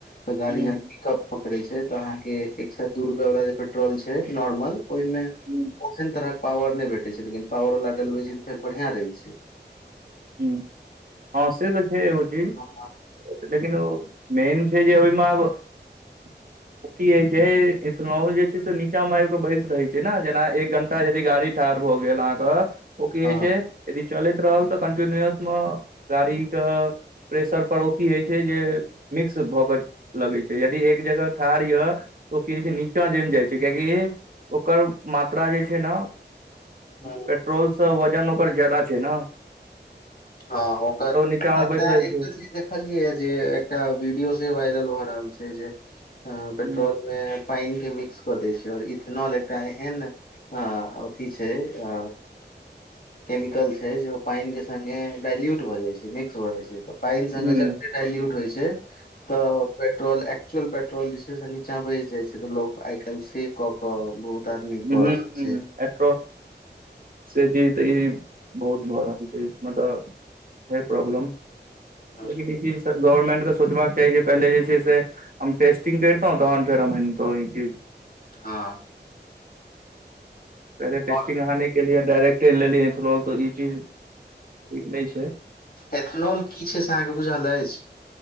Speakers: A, on the left; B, on the right.
A: तऽ गाड़ी
B: हूं
A: जेना पीकप पकड़ै छै तऽ अहाँके एक सौ दू रुपैया वाला जे पेट्रोल छै नॉर्मल ओहिमे
B: हूं
A: ओहन तरहक पावर नहि भेटैत छै लेकिन पावरवला डलबै छियै तऽ फेर बढ़ियाँ रहै छै
B: हूंम्म हँ से तऽ छै एगो चीज
A: हँ
B: लेकिन ओ मेन छै जे ओहिमे आब ओ की होय छै इथेनल जे छै से नीचा मे आबि कऽ बैस रहे छै ने जेना एक घंटा यदि गाड़ी ठार भऽ गेल अहाँके ओ की
A: हँ
B: हय छै यदि चलैत रहल तऽ कन्टिन्यूअस मे गाड़ी कऽ प्रेशर पर ओ की होइत छै जे मिक्स भऽ कऽ लगै छै यदि एक जगह ठार यऽ तऽ की होइ छै नीचा जम जाइ छै कियाकि ओकर मात्रा जे छै ने
A: हँ
B: पेट्रोलसँ वजन ओकर ज्यादा छै नऽ
A: हँ ओकर
B: नीचा
A: आ
B: मे बैस
A: तें
B: रहै छै
A: देखलियै जे एकटा वीडियो से वायरल भए रहल छै जे ऐं
B: ह
A: पेट्रोल मे पानि के मिक्स कऽ दै छै आओर इथेनॉल एकटा एहन ह अथि छैय अ केमिकल छैय जे पानि के संगे डायल्यूट भ जाइ छैय मिक्स भ जाइ छैय तऽ पानि से
B: ह
A: जते डायल्यूट होइ छैय तऽ फेर पेट्रोल एकचुअल पेट्रोल जे छैय से नीचा बैस जाय छैय त लोग आइ काल सेभ कयके बहुत आदमी
B: <unintelligible>
A: कऽ रहल छै
B: से चीज तऽ ई बहुत भऽ रहल छै मलब ह प्रॉब्लम।
A: हँ
B: लेकिन <unintelligible> गवर्नमेंट के सोचबाक चाही जे पहिले जे छैय से हम टेस्टिंग करितो तहन फेर हम एनतो इ
A: हँ
B: पहिले टेस्टिंग
A: और
B: अहाँ नहि केलियै डाायरेक्टे लेलियै इन्थनॉल तऽ ई चीज ठीक नहि छैय।
A: एथेनॉल की छैय से अहाँके बुझल अछि?